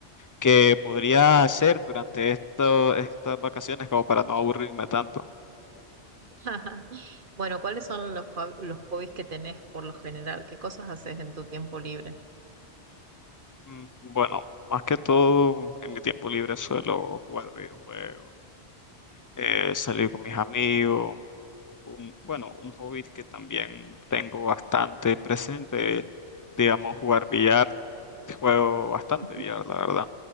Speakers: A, on the left (about 30°); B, on the right (about 50°).
A: que podría hacer durante esto, estas vacaciones como para no aburrirme tanto.
B: <laughs> Bueno, ¿cuáles son los, hob- los hobbies que tenés por lo general? ¿Qué cosas haces en tu tiempo libre?
A: Mm, Bueno, más que todo en mi tiempo libre suelo jugar videojuegos eh, salir con mis amigos. Un- bueno, un hobby que también tengo bastante presente, digamos, jugar billar. Juego bastante
B: Ujú.
A: billar, la verdad.